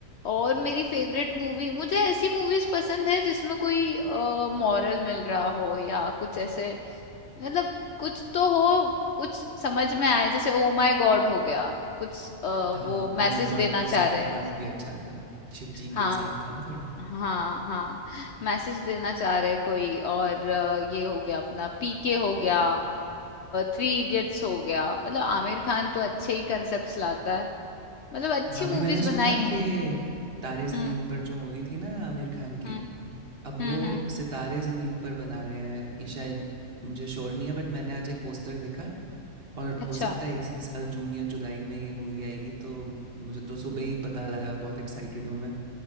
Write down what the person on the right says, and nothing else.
हाँ
ओ
माय गॉड
तो
सेकंड
पार्ट भी अच्छा था शिव जी
के साथ था ना थोड़ा
हाँ अभी
मैंने सुना
कि तारे ज़मीन
पर जो मूवी थी ना आमिर खान
की अब
वो
सितारे ज़मीन पर बना रहे हैं ये शायद मुझे श्योर नहीं है बट मैंने आज एक पोस्टर देखा और
हो सकता है इसी साल जून या जुलाई में ये मूवी आएगी तो मुझे तो सुबह ही पता लगा बहुत एक्साइटेड हूँ मैं